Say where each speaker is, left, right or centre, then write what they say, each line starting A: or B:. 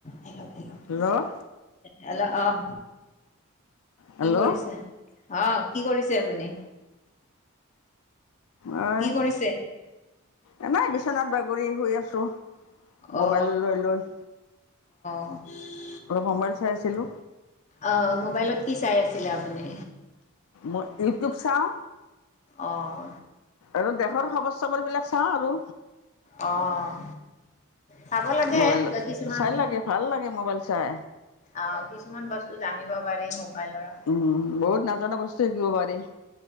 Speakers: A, on the left; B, on the left.
A: েলেলেল
B: hello
A: hello আহ
B: hello
A: কি কৰিছে, অ' কি কৰিছে আপুনি?
B: অ',
A: কি কৰিছে?
B: এনে বিচনাত বাগৰি শুই আছো। মোবাইল
A: অ
B: লৈ লৈ
A: হয়
B: অলপ সমম্বাইল চাই আছিলো
A: অ মোবাইলত কি চাই আছিলে আপুনি
B: মই ইউটিউব চাওঁ
A: অহ
B: আৰু দেখৰ খবৰ চবৰ বিলাক চাও আৰু।
A: অ'। চাব লাগে
B: মোবাইল
A: কিছুমান
B: চাই লাগে ভাল লাগে মোবাইল চাই
A: অ' কিছুমান বস্তু জানিব পাৰি। বাই লৰা
B: উম বহুত নাজানা বস্তু শিকিব পাৰি